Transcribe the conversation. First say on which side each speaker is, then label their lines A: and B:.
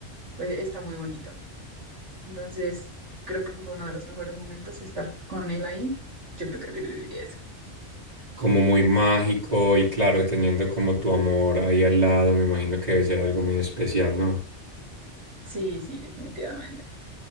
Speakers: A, on the right; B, on the right.
A: pues está muy bonito. Entonces, creo que fue uno de los mejores momentos estar con él ahí. Yo creo que reviviría eso.
B: como muy mágico y claro, teniendo como tu amor ahí al lado, me imagino que debe ser algo muy especial, ¿no?
A: Sí, sí, definitivamente.